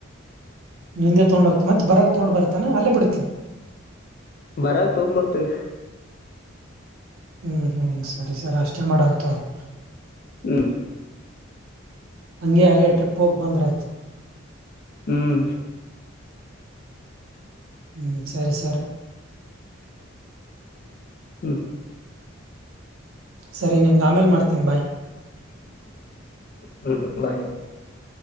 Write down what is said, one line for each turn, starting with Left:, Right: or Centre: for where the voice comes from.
Right: ಹಿಂದೆ ತಗೊಂಡ್ ಹೋಗ್ತಿವಿ ಮತ್ತತ್ ಬರಕ್ ತಗೊಂಡ್ ಬರ್ತಾನ ಅಲ್ಲೇ ಬಿಡ್ತೇನ
Left: ಬರಾಗ ತೊಗಂಬರ್ತವಿ
Right: ಹ್ಮ್ ಹ್ಮ್ ಸರಿ ಸರ್ ಅಷ್ಟೇ ಮಾಡೋಣ ತೊಗೋ.
Left: ಹ್ಮ್
Right: ಹಂಗೆ ಅಲ್ಲೇ ಟ್ರಿಪ್ ಹೋಗ್ ಬಂದ್ರತ್
Left: ಹ್ಮ್
Right: ಹ್ಮ್ ಸರಿ ಸರಿ
Left: ಹ್ಮ್
Right: ಸರಿ ನಿನ್ಗ ಆಮೇಲೆ ಮಾಡ್ತೀನಿ ಬಾಯ್
Left: <inaudible>